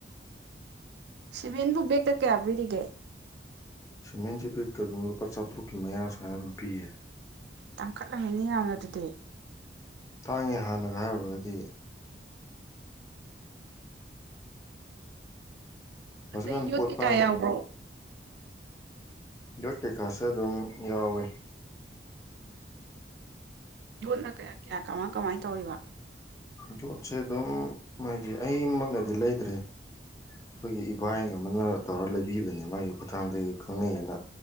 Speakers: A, on the right (about 65°); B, on the left (about 20°).
A: ꯁꯤꯕꯟꯕꯨꯕ ꯀꯦꯕꯒ
B: ꯁꯤꯃꯦꯟꯁꯦ ꯄꯤꯛꯇ ꯑꯗꯨꯝ ꯂꯨꯄꯥ ꯆꯥꯇꯔꯨꯛꯀꯤ ꯃꯌꯥ ꯁꯅ ꯑꯗꯨꯝ ꯄꯤꯌꯦ
A: ꯇꯥꯡꯈꯠꯂꯝꯃꯤꯅꯦ ꯌꯥꯝꯅ ꯑꯗꯨꯗꯤ
B: ꯇꯥꯡꯉꯦ ꯍꯥꯟꯅꯒ ꯍꯥꯏꯔꯨꯔꯒꯗꯤ ꯍꯧꯖꯤꯛꯀꯥꯟ
A: ꯃꯦ ꯌꯣꯇꯤ
B: ꯄꯣꯠ ꯇꯥꯡꯗꯕ
A: ꯀꯥꯏ ꯑꯃ꯭ꯔꯣ
B: ꯌꯣꯠ ꯀꯩꯀꯁꯨꯦ ꯑꯗꯨꯝ ꯌꯥꯎꯋꯤ
A: ꯌꯣꯟꯅ ꯀꯌꯥ ꯀꯌꯥ ꯀꯃꯥꯏ ꯀꯃꯥꯏꯅ ꯇꯧꯋꯕ
B: ꯌꯣꯠꯁꯦ ꯑꯗꯨꯝ ꯃꯥꯒꯤ ꯑꯩꯃꯛꯅꯗꯤ ꯂꯩꯇ꯭ꯔꯦ ꯑꯩꯈꯣꯏꯒꯤ ꯏꯕꯥꯏ ꯑꯃꯅ ꯇꯧꯔꯒ ꯂꯩꯕꯤꯕꯅꯦ ꯃꯥꯒꯤ ꯈꯨꯊꯥꯡꯗꯒꯤ ꯈꯪꯅꯩꯑꯅ